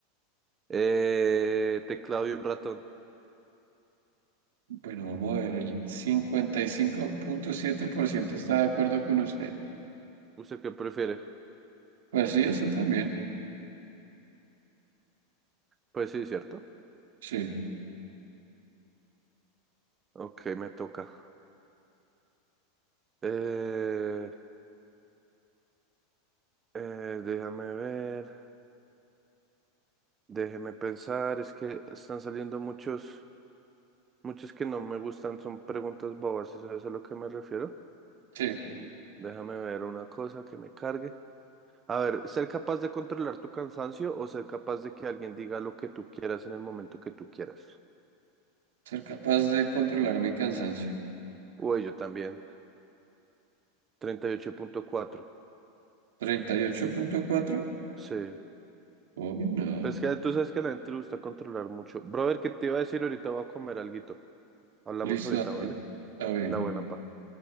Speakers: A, on the right; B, on the right.
A: Eh, teclado y un ratón.
B: Bueno, vamos a ver, el cincuenta y cinco punto siete por ciento está de acuerdo con usted.
A: ¿Usted qué prefiere?
B: Pues sí, eso también.
A: Pues sí, ¿cierto?
B: Sí,
A: Ok, me toca. Eh, eh, déjame ver. Déjeme pensar. Es que están saliendo muchos, muchos que no me gustan. Son preguntas bobas, ¿sí ¿sabes a lo que me refiero?
B: sí.
A: Déjame ver una cosa que me cargue. A ver, ser capaz de controlar tu cansancio o ser capaz de que alguien diga lo que tú quieras en el momento que tú quieras.
B: Ser capaz de controlar mi cansancio.
A: Uy, yo también. Treinta y ocho punto cuatro.
B: Treinta y ocho punto cuatro.
A: Sí.
B: Uy, no.
A: Pues que tú sabes que a la gente le gusta controlar mucho. Brother, ¿qué te iba a decir? Ahorita voy a comer alguito. Hablamos
B: Listo,
A: ahorita,
B: dale.
A: ¿vale?
B: está bien.
A: La buena pa.